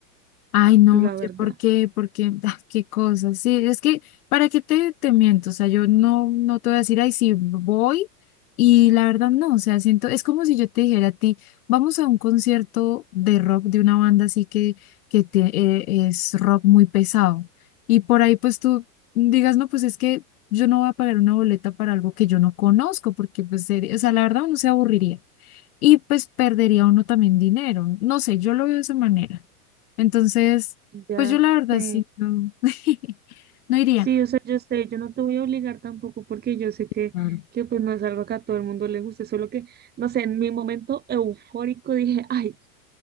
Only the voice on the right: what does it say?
la
verdad.
Ya
sé.
Sí, o sea, yo sé, yo no te voy a obligar tampoco porque yo sé que,
que pues no es algo que a todo el mundo le guste, solo que, no sé, en mi momento eufórico dije, ay,